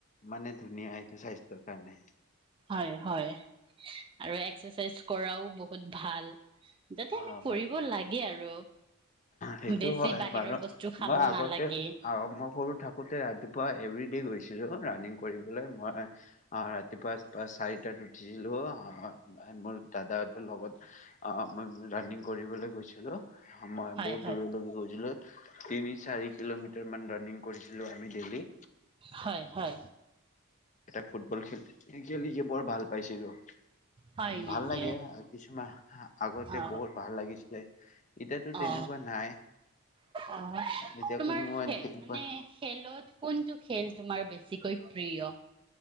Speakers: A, on the left; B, on the right.
A: মানে ধুনীয়া এইটো স্বাস্থ্যৰ কাৰণে।
B: হয়, হয় আৰু এক্সেচাইজ কৰাও বহুত ভাল। যাতে
A: অ
B: আমি কৰিব
A: মানে
B: লাগে আৰু।
A: সেইটো
B: বেছি
A: হয়,
B: বাহিৰৰ
A: বাৰু
B: বস্তু খাব
A: মই আগতে
B: নালাগে
A: আ মই সৰু থাকোতে ৰাতিপুৱা এভৰি ডে গৈছিলো ৰানিং কৰিবলৈ মই অ', ৰাতিপুৱা চাৰিটাত উঠিছিলোঁ অ', মোৰ দাদাহঁতৰ লগত অ', মই ৰাণিং কৰিবলৈ গৈছিলোঁ। মই
B: হয়
A: বহুত
B: হয়
A: দূৰলৈ গৈছিলো। তিনি, চাৰি কিলোমিটাৰ মান ৰানিং কৰিছিলো আমি ডেইলি
B: হয়, হয়।
A: এটা ফুটবল খেল খেলিক বৰ ভাল পাইছিলো।
B: হয় নেকি
A: ভাল লাগে কিছুমান আগতে
B: অ
A: বহুত ভাল লাগিছিলে, এতিয়াতো তেনেকুৱা
B: অ
A: নাই।
B: অ
A: এতিয়া
B: তোমাৰ
A: কোনো
B: খে
A: তেনেকুৱা
B: মানে খেলত কোনটো খেল তোমাৰ বেছিকৈ প্ৰিয়।